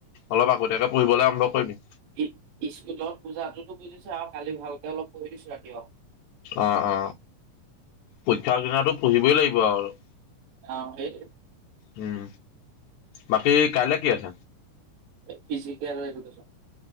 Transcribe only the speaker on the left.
অলপ আগতীয়াকে পঢ়িবলৈ আৰম্ভ কৰিবি।
অ অ পৰীক্ষাৰ আগদিনাতো পঢ়িবই লাগিব আৰু।
হুম বাকী কাইলৈ কি আছ।